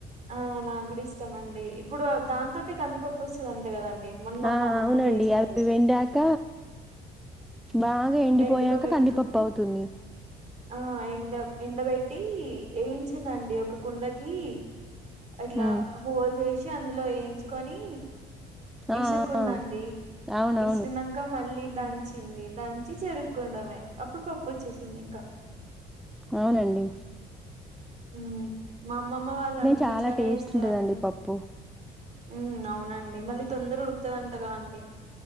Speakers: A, on the right; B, in the centre.
A: ఆ నగ్గూడ ఇష్టమండి ఇప్పుడు దాంతోటే కందిపప్పు ఒస్సదంట కదండి డి మొన్న
B: ఆ
A: మా అమ్మమ్మ
B: అవునండి
A: చేశారు
B: అవి వెండాక బాగా ఎండిపోయాక
A: ఎండలో పెట్టుకొని
B: కందిపప్పు అవుతుంది
A: ఆ ఎండ ఎండబెట్టీ ఏంచిందండి ఒక కుండకి అట్లా
B: ఉమ్
A: హోల్ జేసి అందులో ఏయించుకొని
B: ఆ
A: ఇసురుకుందండి
B: ఆ అవునవును
A: ఇస్రినంక మళ్ళీ దంచి చింది దంచి చెర్రుక్కుండమే అప్పుడు పప్పు ఒచ్చేసింది ఇంకా
B: ఔనండి
A: మ్ మామ్మమ్మ వాళ్ళన్నీ
B: చాలా
A: ఇట్లనే
B: టేస్ట్
A: ఏస్తరండి
B: ఉంటదండి పప్పు
A: మ్ అవునండి మళ్ళీ తొందర ఉడుకుతదంటగా అండి